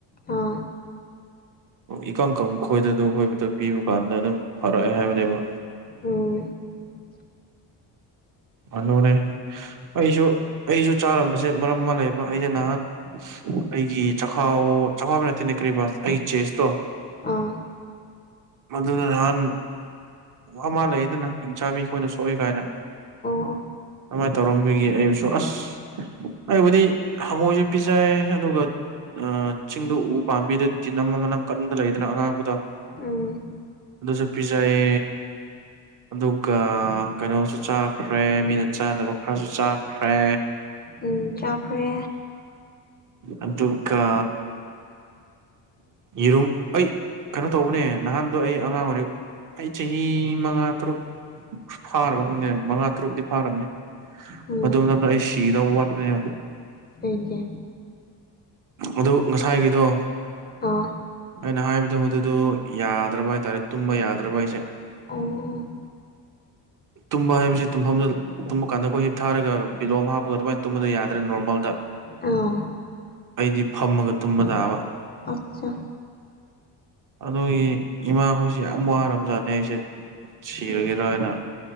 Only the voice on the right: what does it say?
ꯏꯀꯪ ꯀꯪ ꯈꯣꯏꯗꯗ ꯈꯣꯏꯕꯗꯣ ꯄꯤꯕ ꯀꯥꯟꯗ ꯑꯗꯨꯝ ꯐꯔꯛꯑꯦ ꯍꯥꯏꯕꯅꯦꯕ
ꯑꯗꯨꯅꯦ ꯑꯩꯁꯨ ꯑꯩꯁꯨ ꯆꯥꯔꯝꯕꯁꯦ ꯃꯔꯝ ꯑꯃ ꯂꯩꯕ ꯑꯩꯁꯦ ꯅꯍꯥꯟ ꯑꯩꯒꯤ ꯆꯈꯥꯎ ꯆꯈꯥꯎꯕ ꯅꯠꯇꯦꯅꯦ ꯀꯔꯤ ꯕꯥꯁ ꯑꯩꯒꯤ ꯆꯦꯁꯇꯣ
ꯃꯗꯨꯅ ꯍꯥꯟ ꯑꯃꯥ ꯂꯩꯗꯅ ꯏꯆꯥꯕꯤ ꯑꯩꯈꯣꯏꯅ ꯁꯣꯛꯏ ꯀꯥꯏꯅ
ꯀꯃꯥꯏꯅ ꯇꯧꯔꯝꯃꯤꯒꯦ ꯑꯩꯕꯨꯁꯨ ꯑꯁ ꯑꯩꯕꯨꯗꯤ ꯍꯪꯉꯣꯏꯁꯨ ꯄꯤꯖꯩ ꯑꯗꯨꯒ ꯆꯤꯡꯗꯨ ꯎ ꯄꯥꯝꯕꯤꯗꯗꯤ ꯅꯝꯃ ꯃꯅꯝ ꯀꯟꯅꯗ ꯂꯩꯗꯅ ꯑꯉꯥꯡꯕꯗꯣ
ꯑꯗꯨꯁꯨꯣ ꯄꯤꯖꯥꯌꯦ ꯑꯗꯨꯒ ꯀꯩꯅꯣꯁꯨ ꯆꯥꯈ꯭ꯔꯦ ꯃꯤꯅ ꯆꯥꯗꯕ ꯈꯔꯁꯨ ꯆꯥꯈ꯭ꯔꯦ
ꯑꯗꯨꯒ ꯌꯦꯔꯨꯝ ꯑꯩ ꯀꯩꯅꯣ ꯇꯧꯕꯅꯦ ꯅꯍꯥꯟꯗꯣ ꯑꯩ ꯑꯉꯥꯡ ꯑꯣꯏꯔꯤ ꯑꯩ ꯆꯍꯤ ꯃꯉꯥ ꯇꯔꯨꯛ ꯐꯥꯔꯕ ꯈꯪꯗꯦ ꯃꯉꯥ ꯇꯔꯨꯛꯇꯗꯤ ꯐꯥꯔꯕꯅꯦ
ꯑꯗꯨ ꯃꯇꯝꯗ ꯑꯩ ꯁꯤꯗꯕ ꯋꯥꯠꯄꯅꯦꯕ
ꯑꯗꯨ ꯉꯁꯥꯏꯒꯤꯗꯣ
ꯑꯩꯅ ꯍꯥꯏꯕꯗꯨꯣ ꯃꯗꯨꯗꯨ ꯌꯥꯗ꯭ꯔꯕ ꯍꯥꯏꯇꯥꯔꯦ ꯇꯨꯝꯕ ꯌꯥꯗ꯭ꯔꯕ ꯍꯥꯏꯁꯦ
ꯇꯨꯝꯕ ꯍꯥꯏꯕꯁꯤꯦ ꯇꯨꯝꯐꯝꯗ ꯇꯨꯝꯕ ꯀꯥꯟꯗ ꯑꯩꯈꯣꯏ ꯍꯤꯞ ꯊꯥꯔꯒ ꯕꯤꯂꯣꯝ ꯍꯥꯞꯄꯒ ꯑꯗꯨꯃꯥꯏꯅ ꯇꯨꯝꯕꯗ ꯌꯥꯗ꯭ꯔꯦ ꯅꯣꯔꯃꯦꯜꯗ
ꯑꯩꯗꯤ ꯐꯝꯃꯒ ꯇꯨꯝꯕ ꯇꯥꯕ
ꯑꯗꯨꯒꯤ ꯏꯃꯥꯈꯣꯏꯁꯤ ꯌꯥꯝ ꯋꯥꯔꯝꯖꯥꯠꯅꯦ ꯑꯩꯁꯦ ꯁꯤꯔꯒꯦꯗꯔꯥ
ꯍꯥꯏꯅ